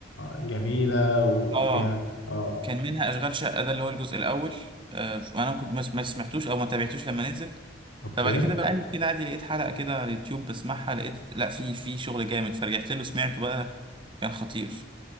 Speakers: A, on the left (about 80°); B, on the right (about 25°).
A: جميلة وفيها
B: اه
A: اه
B: كان منها اشغال شقه ده اللي هو الجزء الاول آه، انا كنت ما ما سمعتوش او ما تابعتوش لما نزل
A: اوكي
B: فبعد كده بقلب كده عادي لقيت حلقه كده على اليوتيوب بسمعها لقيت لا في في شغل جامد فرجعت له سمعته بقى كان خطير